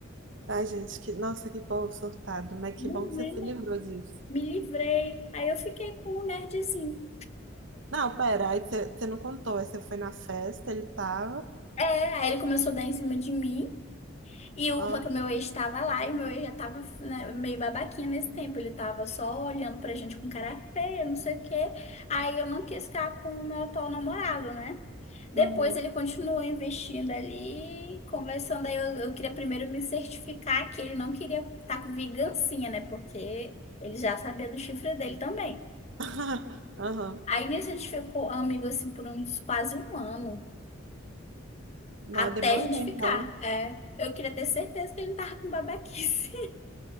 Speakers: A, on the right; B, on the left.
A: Ai, gente, que... nossa, que povo surtado. Mas
B: Não
A: que bom que você
B: é?
A: se livrou disso.
B: Me livrei. Aí eu fiquei com o nerdzinho.
A: Não, pera, aí você você não contou. Aí você foi na festa, ele tava.
B: É, aí ele começou a dar em cima de mim. E o,
A: Ó.
B: só que o meu ex estava lá e meu ex já estava né, meio babaquinho nesse tempo. Ele estava só olhando pra gente com cara feia, não sei o quê. Aí eu não quis ficar com o meu atual namorado, né? Depois
A: Uhum.
B: ele continuou investindo ali, conversando. Aí eu, eu queria primeiro me certificar que ele não queria estar com vingancinha, né? Porque ele já sabia do chifre dele também.
A: <laughs> Aham.
B: Aí nisso a gente ficou amigo assim por uns quase um ano.
A: Não,
B: Até
A: demorou
B: a gente
A: então.
B: ficar. É, eu queria ter certeza que ele não tava com babaquice.